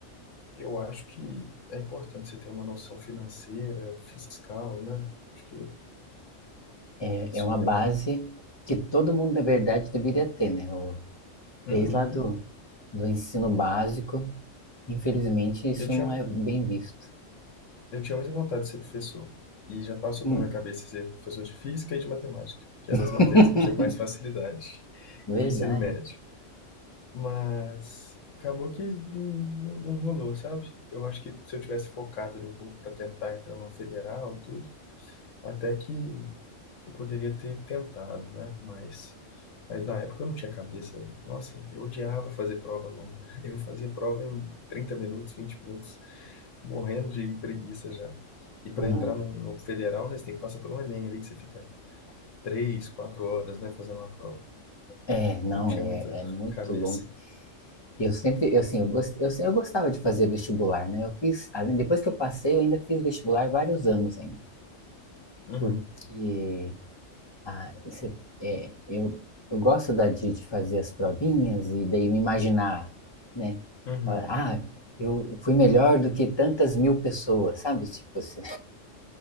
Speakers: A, on the left; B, on the left.
A: Eu acho que é importante você ter uma noção financeira, fiscal, né? Acho que
B: é,
A: isso
B: é uma
A: aí
B: base
A: é bom.
B: que todo mundo, na verdade, deveria ter, né? O-
A: Uhum.
B: desde lá do, do ensino básico, infelizmente,
A: É.
B: isso
A: Eu tinha,
B: não é bem visto.
A: eu tinha muita vontade de ser professor. E já passou
B: Hum,
A: pela minha cabeça ser professor de física e de matemática, que
B: <laughs>
A: eram as matérias que eu tinha mais facilidade <laughs>
B: verdade.
A: no ensino médio. Mas acabou que não, não rolou, sabe? Eu acho que se eu tivesse focado ali um pouco para tentar entrar numa federal, tudo, até que Eu poderia ter tentado, né? Mas, mas na época eu não tinha cabeça. Eu- Nossa, eu odiava fazer prova longa. <laughs> Eu fazia prova em 30 minutos, 20 minutos, morrendo de preguiça já. E para
B: Não.
A: entrar no, no federal, né, você tem que passar pelo Enem ali, que você fica 3, 4 horas, né, fazendo uma prova.
B: É, não,
A: Eu não tinha
B: é,
A: muita
B: é
A: <laughs>
B: muito
A: cabeça.
B: longo. Eu sempre, eu, assim, eu, gost, eu, se- eu gostava de fazer vestibular, né? Eu fiz, além, depois que eu passei, eu ainda fiz vestibular vários anos ainda.
A: Uhum,
B: Porque Ah, esse, é, eu, eu gosto da de, de fazer as provinhas e daí me imaginar, né?
A: uhum.
B: Falar, Ah, eu fui melhor do que tantas mil pessoas, sabe? Tipo assim,